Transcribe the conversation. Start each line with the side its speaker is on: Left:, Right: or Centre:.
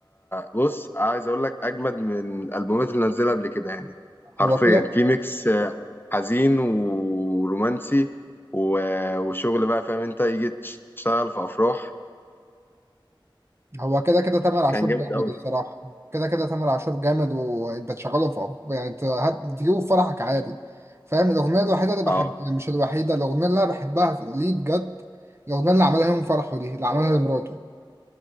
Left: بص عايز اقول لك اجمد من الالبومات اللي نزلها قبل كده يعني
Right: هو
Left: حرفيا
Right: كده
Left: في ميكس حزين ورومانسي و- وشغل بقى فاهم انت يجي تشتغل في افراح
Right: هو كده كده تامر عاشور
Left: كان جامد
Right: جامد
Left: قوي
Right: الصراحة كده كده تامر عاشور جامد وانت تشغله في يعني ت- هت- تجيبه في فرحك عادي فاهم الأغنية الوحيدة اللي بحب
Left: اه
Right: يعني مش الوحيدة الأغنية اللي أنا بحبها في- ليه بجد الأغنية اللي عملها يوم فرحه دي اللي عملها لمراته